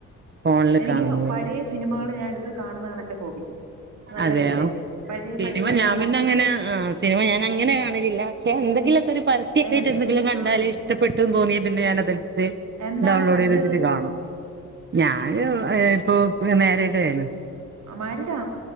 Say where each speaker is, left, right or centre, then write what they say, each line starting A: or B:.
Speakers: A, on the right (about 35°); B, on the right (about 70°).
A: ഫോണില്
B: എനിക്ക്
A: കാണുന്നതല്ലേ
B: പഴയ സിനിമകൾ ഞാൻ എട് ത്ത് കാണുന്നതാണ് എന്റെ ഹോബി. നല്ലതല്ലേ
A: അതെയോ?
B: പഴയ
A: സിനിമ
B: പഴയ പഴയ
A: ഞാൻ
B: മോ
A: പിന്നെ അങ്ങനെ, ആ സിനിമ ഞാൻ അങ്ങനെ കാണലില്ല. പക്ഷെ എന്തെങ്കിലു ഒക്കെ ഒരു പരസ്യൊക്കെ
B: ഏ
A: ആയിട്ട് എന്തെങ്കിലും കണ്ടാല്
B: ആഹ്
A: ഇഷ്ടപ്പെട്ട് ട്ട് തോന്നിയ പിന്നെ ഞാനത് <unintelligible>
B: എന്താണ്
A: ഡൗൺലോഡ്
B: പഠിച്ചത്
A: ചെയ്ത് വെച്ചിട്ട് കാണും. ഞാന് ഹ് ഇപ്പോ ഇപ്പ മേരേഡേനു.
B: അ മാരീ